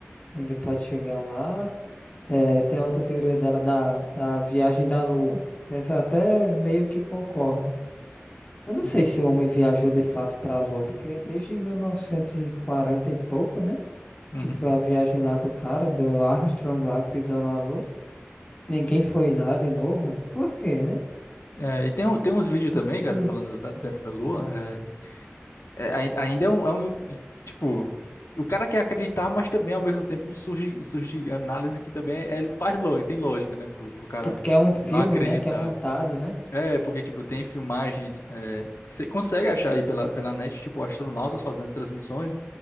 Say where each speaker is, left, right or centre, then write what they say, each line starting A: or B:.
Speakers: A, on the left (about 30°); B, on the left (about 75°).
A: ninguém pode chegar lá. É, tem a outra teoria dela da, da viagem da Lua, que essa eu até meio que concorda. Eu não
B: Uhum,
A: sei se o homem viajou de fato para a Lua, porque desde 1940 e quarenta e pouco, né?
B: uhum.
A: Que foi a viagem lá do cara, do Armstrong lá que pisou na Lua. Ninguém foi lá de novo. Por quê, né?
B: É, e tem, um- tem uns vídeos
A: Se,
B: também,
A: se...
B: cara, falando da- dessa lua. é, É, ai- ainda é um, é um- e, Tipo, o cara quer acreditar, mas também ao mesmo tempo surge, surge análise que também é, é, faz lógica, tem lógica, né? Pro, pro cara
A: Tipo que é um filme,
B: não acreditar.
A: né? Que é montado, né?
B: É, porque, tipo, tem filmagem. de- é, você consegue achar aí pela, pela net, tipo, astronautas fazendo transmissões